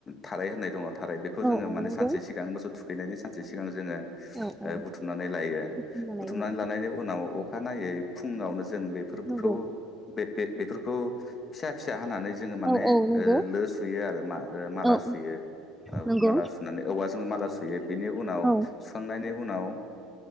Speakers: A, on the left (about 35°); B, in the centre.
A: थाराय होननाय दङ थाराय बेखौ
B: औ
A: जोङो
B: औ
A: माने
B: नंगौ
A: सानसे सिगां मोसौ थुखैनायनि सानसे सिगां जोङो।
B: औ औ
A: ओ बुथुमनानै लायो
B: बिदि होनबालाय
A: बुथुमनानै
B: औ
A: लानायनि उनाव अखानायै फुंआवनो जों बेफोरखौ
B: नंगौ
A: बे-बे-बेफोरखौ फिसा फिसा हानानै जोङो माने
B: औ औ नंगौ
A: ओ लो सुयो आरो मा माला
B: औ
A: सुयो औ
B: नंगौ
A: माला सुनानै औवाजों माला सुयो बेनि उनाव
B: औ
A: सुखांनायनि उन नाव